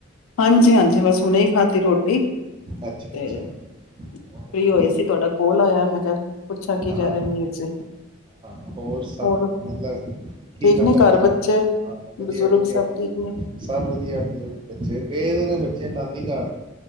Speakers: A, on the left; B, on the right.
A: ਹਾਂਜੀ, ਹਾਂਜੀ ਬਸ ਨੇ ਖਾਧੀ ਰੋਟੀ ਤੇ
B: ਅੱਛਾ ਅੱਛਾ
A: ਫ੍ਰੀ
B: ਹੋਰ
A: ਹੋਏ ਸੀ। ਤੁਹਾਡਾ ਕੋਲ ਆਇਆ ਮੈਂ, ਕਿਹਾ ਪੁੱਛਾਂ ਕੀ ਕਹਿ
B: ਹਾਂ
A: ਰਹੇ ਮਰ ਜੇ
B: ਹਾਂ ਸਭ
A: ਹੋਰ
B: ਮਤਲਬ ਕੀ
A: ਠੀਕ
B: ਖਾਧਾ
A: ਨੇ
B: ਫਿਰ
A: ਘਰ ਬੱਚੇ
B: ਹਾਂ, ਵਧੀਆ,
A: ਬਜ਼ੁਰਗ
B: ਵਧੀਆ
A: ਸਭ ਠੀਕ ਨੇ
B: ਸਭ ਵਧੀਆ ਬੱਚੇ ਗਏਦੇ ਨੇ ਬੱਚੇ ਨਾਨੀ ਘਰ।